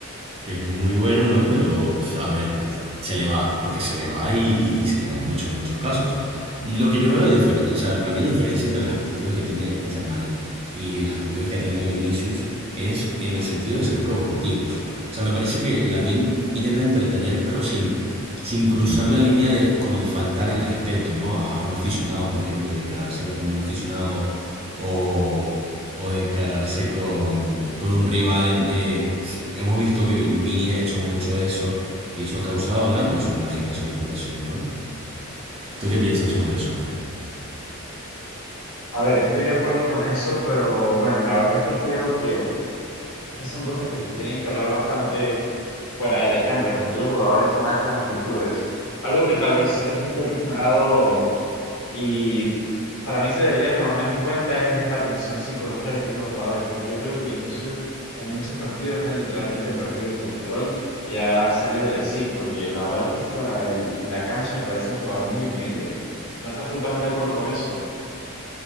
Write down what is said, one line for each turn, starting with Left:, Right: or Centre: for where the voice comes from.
Right: que es muy bueno, ¿no? Pero, pues, a ver, pues se le va, porque se le va y, y- y se le va mucho en muchos casos. Lo que yo veo, de difer- o sea, para mí la diferencia entre las actitudes que tiene Yamal y las actitudes que ha tenido Vinicius es en el sentido de ser provocativos. O sea, me parece que Lamin intenta entretener, pero sin, sin cruzar la línea de como de faltar el respeto, ¿no? A, a un aficionado, por ejemplo, de encararse con un aficionado o o de encararse con, con un rival. eh, hemos visto que Vin- Vini ha hecho mucho eso y eso ha causado daño a su imagen y a su reputación, ¿no? ¿Tú qué piensas sobre eso?
Left: A ver, estoy de acuerdo con eso, pero bueno, la verdad es que creo que estas son cosas que se tienen que hablar bastante fuera de la cancha, porque los jugadores toman estas actitudes. Algo que tal vez es un poco ignorado y para mí se debería tomar más en cuenta es la tensión psicológica que tienen los jugadores, porque yo creo que Vinicius en muchos partidos ha literalmente perdido el control y ha salido de sí, porque la verdad es que fuera de la cancha me parece un jugador muy humilde. ¿No estás tú también de acuerdo con eso?